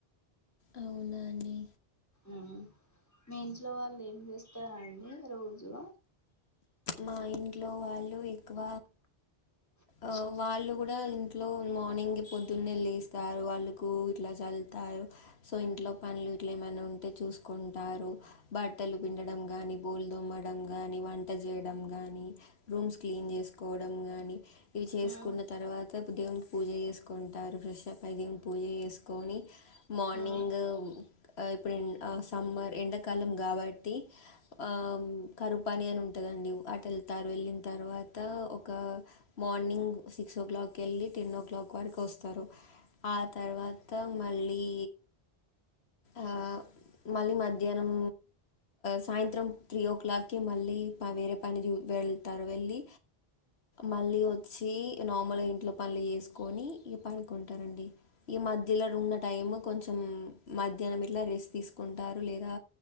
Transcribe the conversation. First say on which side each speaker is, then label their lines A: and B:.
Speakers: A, on the left; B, on the left.
A: అవునా అండి
B: మ్ మీ ఇంట్లో వాళ్ళు ఏం చేస్తారండి రోజు
A: మా ఇంట్లో వాళ్ళు ఎక్కువ ఆ వాళ్ళు కూడా ఇంట్లో మార్నింగ్ పొద్దున్నే వెళ్ళస్తారు వాళ్ళలకు ఇట్లా చ వెళ్తారు సో ఇంట్లో పనులు ఇట్లా ఏమన్న ఉంటే చూసుకుంటారు బట్టలు పిండడం కానీ బోళ్ళు దొమడం కానీ వంట చేయడం కానీ రూమ్స్ క్లీన్ చేసుకోవడం కానీ ఇవి చేసుకున్న
B: ఆ
A: తర్వాత దేవుని పూజ చేసుకుంటారు ఫ్రెష్ అప్ అయి ద పూజ చేసుకొని మార్నింగ్
B: ఆ
A: ఇప్పుడు సమ్మర్ ఎండకాలం కాబట్టి ఆ కరువ్ పని అని ఉంటుందండి అటు వెళ్తారు వెళ్ళిన తర్వాత ఒక మార్నింగ్ సిక్స్ ఓ క్లాక్ వెళ్ళి టెన్ ఓ క్లాక్ వరకు వస్తారు ఆ తర్వాత మళ్ళీ ఆ మళ్ళీ మధ్యా నం సాయంత్రం త్రీ ఓ క్లాక్కిి మళ్ళీ వేరే పనికేళ్తారు వెళ్ళి మళ్ళీ వచ్చి నార్మల్ ఇంట్లో పనులు చేేసుకొని ఇగ పడుకుంటారండి ఈ మధ్యలో ర ఉన్న టైము కొంచెం మధ్యాహ్నం ఇట్లా రెస్ట్ తీసుకుంటారు లేదా